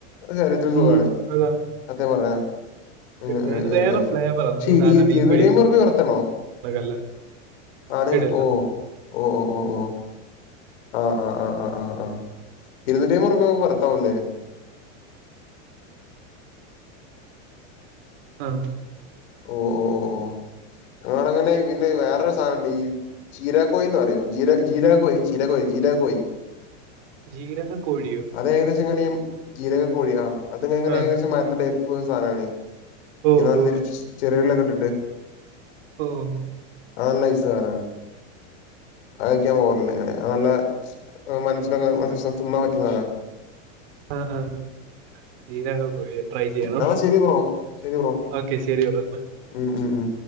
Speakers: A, on the left; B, on the right.
A: ശരീത്തിനുസുഖാണ്
B: ഉം, അതാ
A: സത്യം പറഞ്ഞ <unintelligible>
B: പിന്നെ അത് വേറെ ഫ്ലേവറാണ് നമ്മൾ സാധാരണ ബീഫ് കഴിക്കുന്നതല്ല
A: ആണ്
B: കേട്ടില്ല
A: ഓഹ് ഓഹ് ഓഹ് ഓഹ് ആഹ് ആഹ് ആഹ് ആഹ് ആഹ് ഇരുന്നൂറ്റയ്മ്പറുപ്പ്യ <unintelligible>
B: <unintelligible>
A: ഓഹ് ഓഹ് ഓഹ് ഓഹ് ഞങ്ങടോടങ്ങനെ പിന്നെ വേറൊരു സാനുണ്ട് ഈ ചിരാക്കോയ്ന്നറിയും ജീര ജീരാകോയ് ചീരാകോയല്ല ജീരാകോയ്
B: ജീരഹ കോഴിയോ
A: അത് ഏകദേശം എങ്ങനെയി ജീരകകോഴി ആഹ് അതിങ്ങനെ
B: ആ
A: ഏകദേശം മരുന്ന ടൈപ്പ് സാധനാണ് ഇങ്ങനല്ല്
B: ഓ ഓ
A: ചെറിയുള്ളീകിട്ടിട്ട്
B: ഓഹ്
A: അത് നല്ല നൈസാന അത് കയ്ക്കാൻ പോവറില്ലിങ്ങനെ അത് നല്ല മനസ്സിനൊക്കെ <unintelligible> തിന്നാൻ പറ്റിയസാന
B: ആഹ് ആഹ് ജീരക <unintelligible> ട്രൈ ചെയ്യണം
A: എന്നാ ശരി ബ്രോ ശരി ബ്രോ
B: ഓക്കെ ശരി <unintelligible>
A: ഉം ഉം ഉം